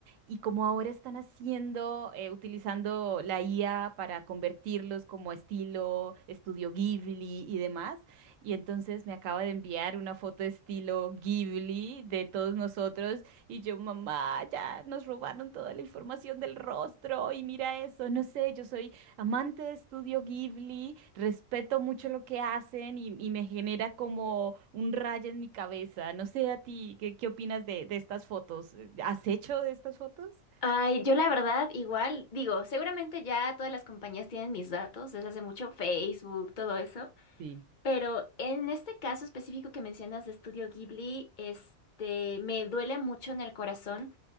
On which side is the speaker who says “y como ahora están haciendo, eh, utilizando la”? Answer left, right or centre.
Right